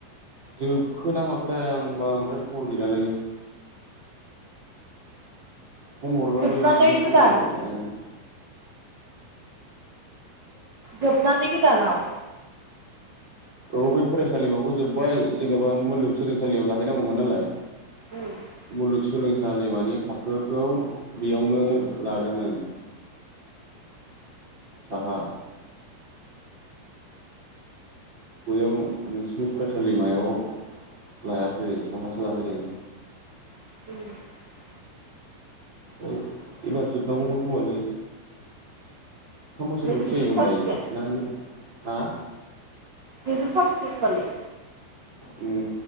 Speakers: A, on the right (about 25°); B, on the right (about 90°).
A: जोबखो ना माखो थाय आं बांद्राय खबर गैलालै। फन हरबाबो
B: जोबनानै
A: बिदिनो
B: गोदान
A: खबर लाया नो।
B: जोबनानै गोदानाव।
A: औ बै फरायसालिमाखौ जोब्बाय जेन'बा मुलुगसोलोंसालियाव लाहैनांगौमोन नालाय।
B: औ
A: मुलुगसोलोंसालिमानि थाखोखौ बेयावनो लादोंमोन साहा बैयाव नोंसिनि फरायसालिमायाव लायाखै साहासो लाहैदों।
B: <inaudible>
A: ओइ एबार जोबनांगौमोन खोमालै। थाम बोसोरावसो
B: जोबजोबथारसिगोन
A: जायोमोन दायो ना नों हा?
B: जोबजुब थारसिगोन होनबालाय।
A: उम।